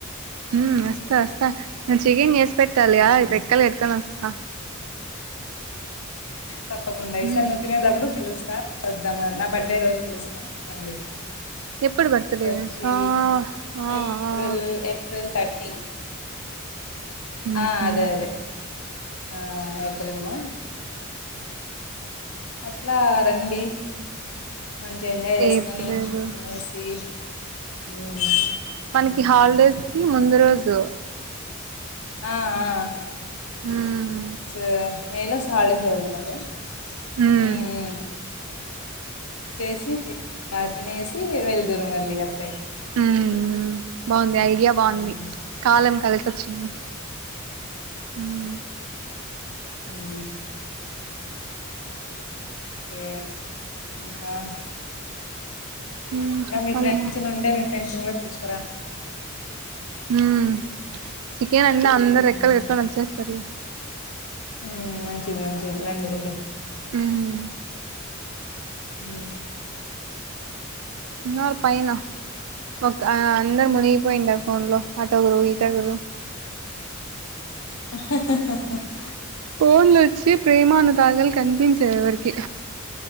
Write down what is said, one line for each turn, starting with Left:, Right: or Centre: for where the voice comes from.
Right: హ్మ్ వస్తా వస్తా నువ్వు చికెన్ చేేసి పెట్టాలి
Left: ఉమ్
Right: యా రెక్కలు కట్కని వస్తా
Left: తప్పకుండా ఈ
Right: మ్మ్
Left: సారీ నువ్వు తినేటప్పుడు పిలుస్తా వద్దాం నా బర్త్డే రోజు పిలుస్ న కండి
Right: ఎప్పుడు బర్త్డే
Left: వచ్చి
Right: ఆ ఆ
Left: ఏప్రిల్
Right: ఆ
Left: ఏప్రిల్ తట్ ట్టీ
Right: మ్మ్
Left: ఆ
Right: హు
Left: అదే అదే ఆ ఏప్రిల్ లో అట్లా రండి మంచిగా ఎంజాయ్ చేసుకొని
Right: ఏప్రిల్
Left: తినేసి హ్మ్
Right: కి హాలిడేస్ కి ముందు రోజు
Left: ఆ ఆ
Right: హ్మ్
Left: సా మే లో సాల్దేస్ వదులుతారు
Right: మ్మ్
Left: హు హు వచ్చేసి తినేసి వెలుదురు మళ్ళీ అట్లయ్
Right: హ్మ్ బాగుంది ఐడియా బాగుంది
Left: ఉమ్
Right: కాలం కలిసి వచ్చింది మ్మ్
Left: హ్మ్ ఇ గా
Right: మ్మ్
Left: ఇంగ
Right: చెప్పాలమ్మా
Left: మీ ఫ్రెండ్స్ ఉంటే మీ ఫ్రెండ్స్ను గూడా పిలుచుకురా
Right: హ్మ్ చికెన్ అన్న అందరు
Left: హ్మ్.
Right: రెక్కలు కట్టుకొని వచ్చేస్తరు
Left: హ్మ్ మంచిది మంచిది రండి రండి
Right: హ్మ్
Left: ఉ
Right: ఉన్నర్ పైనా ఒక అందరు మునిగిపోయిండా ఫోన్ లో ఆటో గరు ఈటో గరు
Left: హా హ హ హ
Right: పోన్లచ్చి ప్రేమానురాగాలు కనిపించయి ఎవరికి